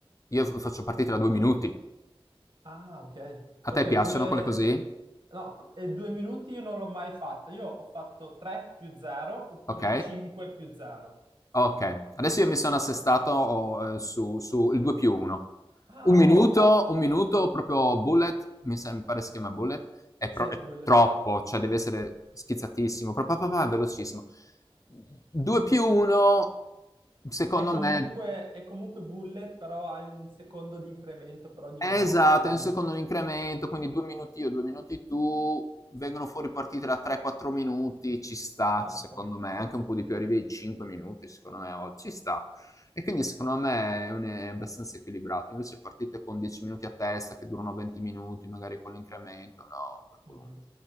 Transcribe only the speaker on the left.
io f- faccio partite da due minuti.
A
te piacciono
quelle così?
Ok?
Okay, adesso io mi sono assestato o ehm, su su il 2 più 1.
Un Eh,
okay. minuto un minuto proprio bullet, mi sem mi pare si chiama bullet, è
pro è
troppo, cioè deve essere schizzatissimo, pa pa pa pa velocissimo.
2 più 1 secondo
me
Esatto,
nel secondo l'incremento, quindi 2 minuti io, 2 minuti tu, vengono fuori partite da 3-4 minuti, ci sta,
secondo me,
anche un po' di più, arrivi ai 5 minuti, secondo me, o- ci sta. E quindi secondo me è, un- è abbastanza equilibrato. Invece partite con 10 minuti a testa che durano 20 minuti, magari con l'incremento, no, troppo
lungo.